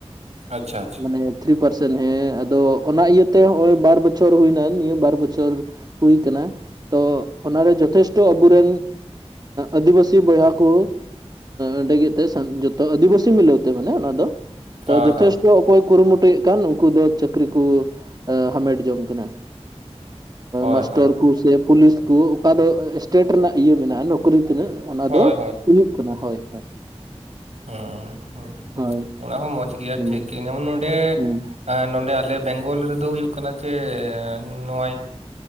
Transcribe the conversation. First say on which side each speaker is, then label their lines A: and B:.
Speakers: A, on the right; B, on the right.
A: ᱟᱪᱪᱷᱟ ᱟᱪᱪᱷᱟ
B: ᱢᱟᱱᱮ ᱛᱷᱨᱤ ᱯᱟᱨᱥᱮᱱ ᱦᱮᱸ ᱟᱫᱚ ᱚᱱᱟ ᱤᱭᱟᱹᱛᱮ ᱵᱟᱨ ᱵᱚᱪᱷᱚᱨ ᱦᱩᱭᱱᱟ ᱱᱤᱭᱟᱹ ᱵᱟᱨ ᱵᱚᱪᱷᱚᱨ ᱦᱩᱭ ᱟᱠᱟᱱᱟ ᱛᱚ ᱚᱱᱟᱨᱮ ᱡᱚᱛᱷᱮᱥᱴᱚ ᱟᱵᱚᱮᱱ ᱟᱹᱫᱤᱵᱟᱹᱥᱤ ᱵᱚᱭᱦᱟ ᱠᱚ ᱚᱸᱰᱮᱜ ᱛᱮ ᱡᱚᱛᱚ ᱟᱹᱫᱤᱵᱟᱹᱥᱤ ᱢᱤᱞᱟᱹᱣ ᱛᱮ ᱢᱟᱱᱮ ᱚᱱᱟ ᱫᱚ ᱛᱚ
A: ᱦᱳᱭ
B: ᱡᱚᱛᱷᱮᱥᱴᱚ
A: ᱦᱳᱭ
B: ᱚᱠᱚᱭ ᱠᱩᱨᱩᱢᱩᱴᱩᱭᱮᱫ ᱠᱟᱱ ᱩᱱᱠᱩ ᱫᱚ ᱪᱟᱹᱠᱨᱤ ᱠᱚ ᱦᱟᱢᱮᱴ ᱡᱚᱝ ᱠᱟᱱᱟ
A: ᱦᱳᱭ
B: ᱢᱟᱥᱴᱚᱨ
A: ᱦᱳᱭ ᱦᱳᱭ
B: ᱠᱚ ᱥᱮ ᱯᱩᱞᱤᱥ ᱚᱠᱟ ᱫᱚ ᱥᱴᱮᱴ ᱨᱮᱱᱟᱜ ᱤᱭᱟᱹ ᱢᱮᱱᱟᱜᱼᱟ ᱱᱚᱠᱨᱤ ᱛᱤᱱᱟᱹᱜ ᱚᱱᱟ
A: ᱦᱳᱭ
B: ᱫᱚ ᱦᱩᱭᱩᱜ ᱠᱟᱱᱟ ᱦᱳᱭ ᱦᱳᱭ
A: ᱦᱮᱸ ᱦᱮᱸ
B: ᱦᱳᱭ ᱦᱳᱭ
A: ᱚᱱᱟ ᱦᱚᱸ ᱢᱚᱸᱡᱽᱜᱮᱭᱟ
B: ᱦᱩᱸ
A: ᱴᱷᱤᱠᱜᱮᱭᱟ ᱡᱮᱢᱚᱱ ᱱᱚᱰᱮ
B: ᱦᱩᱸ
A: ᱱᱚᱰᱮ ᱟᱞᱮ ᱵᱮᱝᱜᱚᱞ ᱨᱮᱫᱚ ᱦᱩᱭᱩᱜᱜ ᱠᱟᱱᱟ ᱠᱟᱱᱟ ᱡᱮ ᱱᱚᱜᱚᱭ